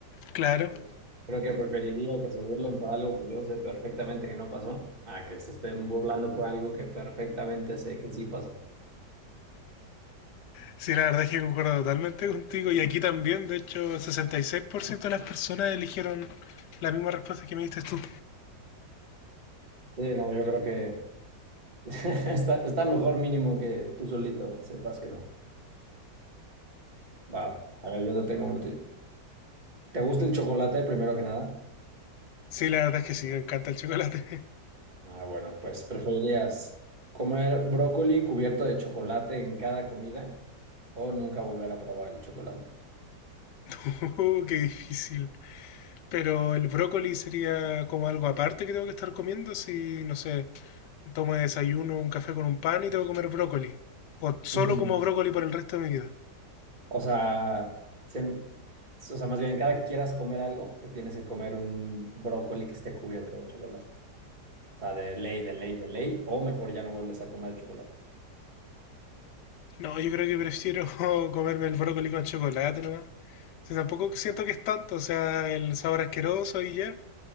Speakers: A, on the left; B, on the right.
A: Claro,
B: Entonces, creo que preferiría que se burlen por algo que yo sé perfectamente que no pasó, a que se estén burlando por algo que perfectamente sé que sí pasó.
A: sí, la verdad es que concuerdo totalmente contigo. Y aquí también, de hecho, el 66% de las personas eligieron la misma respuesta que me diste tú.
B: Sí, no, yo creo que <laughs> está, está mejor mínimo que tú solito sepas que no. Va, a ver, yo te tengo uno a ti. ¿Te gusta el chocolate primero que nada?
A: Sí, la verdad es que sí, me encanta el chocolate.
B: Ah, bueno, pues preferirías comer brócoli cubierto de chocolate en cada comida o nunca volver a probar el chocolate.
A: <laughs> Oh, qué difícil. Pero el brócoli sería como algo aparte que tengo que estar comiendo si, no sé, tomo de desayuno un café con un pan y tengo que comer brócoli. O solo
B: Ujú.
A: como brócoli por el resto de mi vida.
B: O sea, sen- o sea, más bien, cada que quieras comer algo, te tienes que comer un brócoli que esté cubierto de chocolate. O sea, de ley, de ley, de ley, o mejor ya no vuelves a comer chocolate.
A: No, yo creo que prefiero <laughs> comerme el brócoli con chocolate nomás. O sea, tampoco siento que es tanto, o sea, el sabor asqueroso y ya.